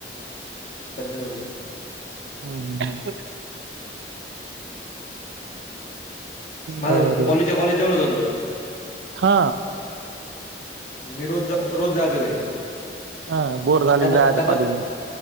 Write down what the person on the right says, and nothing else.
हम्म ह्
बरोबर
हा
हा बोर झाले
की जायचं
कॉलेजून